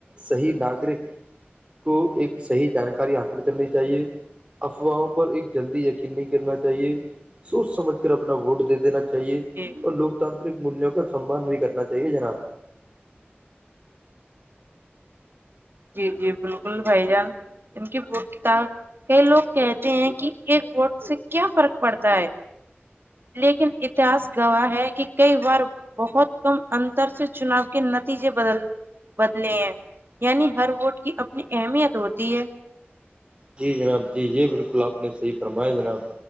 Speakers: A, on the right; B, on the right.
A: صحیح ناگرک کو ایک صحی جانکاری حاصل کرنی چاہیے افواہوں پر ایک جلدی یقین نہیں کرنا چاہیے سوچ سمجھ کر اپنا ووٹ دے دینا چاہیے
B: جی
A: اور لوکتاانترک مولیوں کا سمھان بھی کرنا چاہیے جناب
B: جی جی بالکل بھائی جان ان کے ووٹ کی ط کئی لوگ کہتے ہیں کہ ایک ووٹ سے کیا فرق پڑتا ہے لیکن اتہاس گواہ ہے کہ کئی بار بہت کم انتر سے چناؤ کے نتیجے بدل بدلے ہیں یعنی ہر ووٹ کی اپنی اہمیت ہوتی ہے
A: جی جناب جی یہ بالکل آپ نے صحیح فرمایا جناب